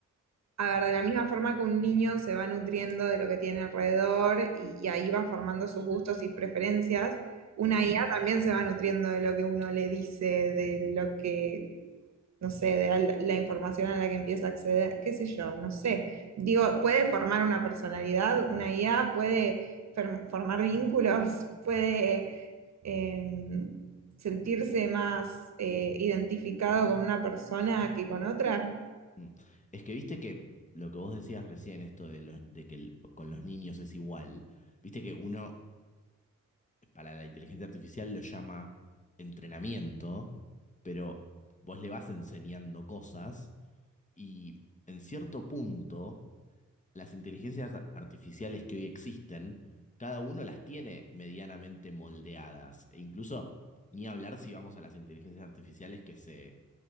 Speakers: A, on the right; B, on the left.
A: A ver, de la misma forma que un niño se va nutriendo de lo que tiene alrededor y, y ahí va formando sus gustos y preferencias, una
B: Ujú,
A: IA también se va nutriendo de lo que uno le dice, de lo que, no sé, de la, la información a la que empieza a acceder, qué sé yo, no sé. Digo, puede formar una personalidad, una IA puede fer- formar vínculos, <laughs> puede em, sentirse más eh, identificado con una persona que con otra.
B: mm. Es que viste que lo que vos decías recién, esto de, los- de que el- con los niños es igual, viste que uno para la inteligencia artificial lo llama entrenamiento, pero vos le vas enseñando cosas. Y en cierto punto, las inteligencias ar- artificiales que hoy existen, cada uno las tiene medianamente moldeadas. E incluso, ni hablar si vamos a las inteligencias artificiales que se,